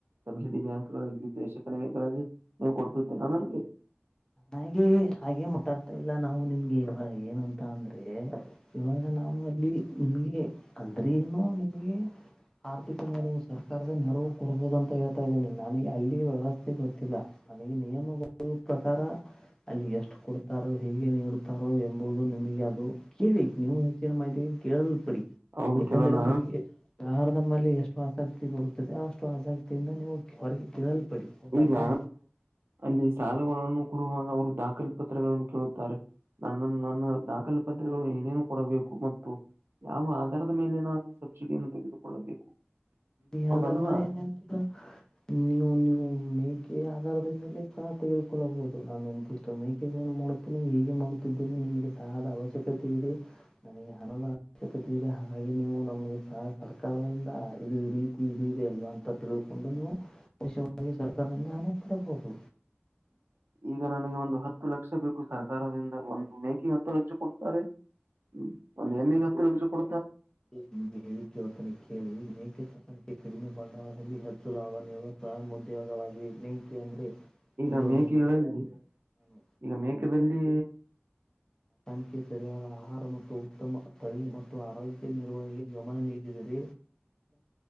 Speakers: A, on the right (about 65°); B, on the left (about 15°).
A: ಸಬ್ಸಿಡಿ ಬ್ಯಾಂಕ್ಗಳಲ್ಲಿ ವಿದೇಶ ಕಡಿವೆಗಳಲ್ಲಿ. ನೀವು ಕೊಡ್ಸುತ್ತೇರ ನನಗೆ.
B: ಹಾಗೆ ಹಾಗೆ ಮಟಾತ ಇಲ್ಲ ನಾವು ನಿಮ್ಗೆ ಇವಾಗ ಏನುಂತ ಅಂದ್ರೆ. ಮೆ ಇವಾಗ ನಾನು ಅಲ್ಲಿ ನಿಮ್ಗೆ ಅಂದ್ರ ಏನು ನಿಮ್ಗೆ. ಆರ್ಥಿಕ ನೆರವು ಸರ್ಕಾರದ ನೆರವು ಕೊಡ್ಬೋುದು ಅಂತ ಹೇಳೆ ೇನೆ ನನಗೆ ಅಲ್ಲಿ ವ್ಯವಸ್ಥೆ ಗೊತ್ತಿಲ್ಲ ನನಗೆ ನಿಯಮಗಳು. ಪ್ರಕಾರ ಅಲ್ಲಿ ಎಷ್ಟು ಕೊಡ್ತಾರೋ ಹೇಗೆ ನೀಡುತ್ತಾರೋ ಎಂಬುದು ನಿಮಗೆ ಅದು. ಕೇಳಿಕ್ ನೀವು ಹೆ ಗೆಲ್ ಪಡಿ
A: ಹೌದು
B: ಯಾಕಂದ್ರೆ
A: ಕೇಳೋಣ
B: ನಿಮಗೆ ಆಹಾರದ ಮೇಲೆ ಎಷ್ಟು. ಆಸಕ್ತಿ ಬರುತ್ತದೆ ಅಷ್ಟು ಅಗ್ತಿ ಇಿಂದ ನೀವು ಹೊರಗೆ ಕಲ್ ಪಡಿ ಹದಲ್ವಾ.
A: ಈಗ ಅಲ್ಲಿ ಕೊಡುವಾಗ ಅವರು ದಾಖಲ್ ಪತ್ರಗಳನ್ನು ಕೇಳುತ್ತಾರೆ ನನ್ನ ನನ್ನ ದಾಖಲ್ ಪತ್ರಗಳು ಏನೇ. ಕೊಡಬೇಕು ಮತ್ತು ಯಾವ ಆಧಾರದ ಮೇಲೆ ನಾನು ಸಬ್ಸಿಡಿಯನ್ನು ತೆಗೆದುಕೊಳ್ಳಬೇಕು.
B: ಇ
A: ಹೌದಲ್ವಾ
B: ಆಧಾರದ ಏನ್ಂತಲ್ಲ ನೀವು ನೀವು ಮೇಕೆ ಆಧಾರದ ಮೇಲೆ ಸಹ. ತೆಗೆದುಕೊಳ್ಳಬಹುದು ನಾನು ನಿಂತಿಷ್ಟೊ ಮೇಕಜಗಳನ್ನು ಮಾಡುತ್ತೇನೆ ಹೀಗೆ ಮಾಡುತ್ತಿದ್ದೀನೆಿ ನಿಮಗೆ ಸಹ ಆದ ಅವಶ್ಯಕತೆ ಇದೆ. ನನಗೆ ಹಣದ ಅವಶ್ಯಕತೆ ಇದೆ ಹಾಗೆ ನೀವು ನಮಗೆ ಸ ಸರ್ಕಾರದಿಂದ. ಇದು ಈ ರೀತಿ ಇ ಇದೆ ಅಲ್ವಾ ಅಂತ ತಿಳ್ಕೊಂಡು ನೀವು ವಿವಾಗಿ ಸರ್ಕಾರದಿಂದ ಹಣ ಕೊಡಬಹುದು.
A: ಈಗ ನನಗೆ ಒಂದು ಹತ್ ಹತ್ತು ಲಕ್ಷ ಬೇಕು ಸರ್ಕಾರದಿಂದ ಒಂದು ಮೇಕೆ ಹತ್ತು ಲಕ್ಷ ಕೊಡ್ತಾರೆ ಹ್ಮ. ಒಂದು ಎಮ್ಮಿ ಹತ್ತ ಕೊ
B: ನಿಮ್ಗೆ ಹೇಳಿ ಜೋತನ ಕೇಳಿ ಮೇಕೆ ಸಕನ್ಕ್ಕೆ ಕಡಿಮೆ ಮಾಡ ಅವರಲ್ಲಿ. ಚುಲಾವಣೆಯ ಸ್ವಯಂ ಉದ್ಯೋಗವಾಗಿ. ಅಂದ್ರೆ
A: ಈಗ
B: ಇಲ್ಲಿಗೆ ಒಂದು.
A: ಮೇಕೆಗಳಲ್ಲಿ
B: ನಾನು
A: ಈಗ ಮೇಕದಲ್ಲಿ.
B: ಾನಕ್ಕೆ ಸರಿಯಾದ ಆಹಾರ ಮತ್ತು ಉತ್ತಮ ತಳಿ ಮತ್ತು ಆರೋಗ್ಯ ನಿರ್ವಹಣೆಗೆ ಗಮನ ನೀಡಿದೆ.